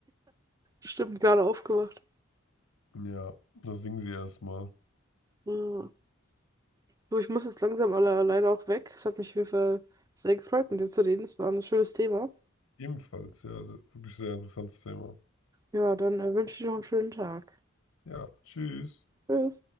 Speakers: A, on the right; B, on the left.
A: stimmt, gerade aufgewacht.
B: Ja, da singen sie erstmal.
A: Ja. Du, ich muss jetzt langsam alle, leider auch weg. Es hat mich auf jeden Fall sehr gefreut, mit dir zu reden. Es war ein schönes Thema.
B: Ebenfalls, ja, se- wirklich sehr interessantes Thema.
A: Ja, dann äh, wünsche ich dir noch einen schönen Tag.
B: Ja, tschüss.
A: Tschüss.